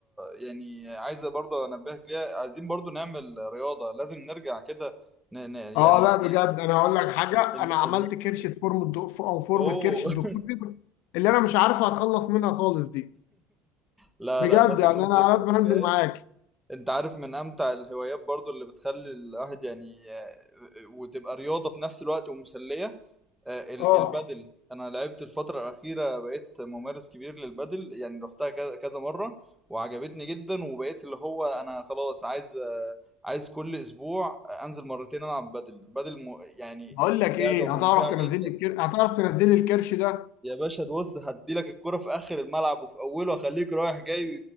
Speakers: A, in the centre; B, on the left.
A: يعني عايزة برضو أنبهك ليها عايزين برضو نعمل رياضة لازم نرجع كده ن... ن... يعني
B: اه لا
A: ال...
B: بجد انا هقول لك حاجه
A: ال...
B: انا عملت
A: ال...
B: كرشه فورمه دو... او فورمه
A: أوه
B: كرش الدكتور
A: <laughs>
B: فيبر اللي انا مش عارف اتخلص منها خالص دي
A: لا
B: بجد
A: لا لازم
B: يعني
A: ننزل
B: انا لازم انزل
A: كده
B: معاك
A: انت عارف من امتع الهوايات برضو اللي بتخلي الواحد يعني آه، وتبقى رياضة في نفس الوقت ومسلية آه، ال-
B: اه
A: البادل انا لعبت الفترة الاخيرة بقيت ممارس كبير للبادل يعني رحتها كذا كذا مرة وعجبتني جدا وبقيت اللي هو انا خلاص عايز آه، عايز كل اسبوع انزل مرتين العب بادل بادل م... يعني
B: هقول لك ايه
A: لعبة ممتعة
B: هتعرف تنزل
A: جدا
B: لي الكر... هتعرف تنزل لي الكرش ده
A: يا باشا تبص هديلك الكرة في اخر الملعب وفي اوله هخليك رايح جاي